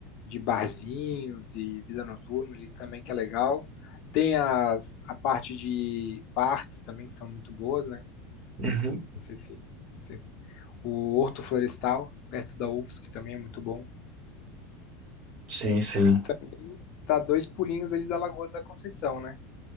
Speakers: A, on the left; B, on the right.
A: de barzinhos e vida noturna ali também que é legal. Tem as, a parte de parques também que são muito boas, né?
B: Uhum.
A: Não sei se, se- o Horto Florestal, perto da UFSC, que também é muito bom.
B: Sim, sim.
A: E também tá dois pulinhos ali da Lagoa da Conceição, né?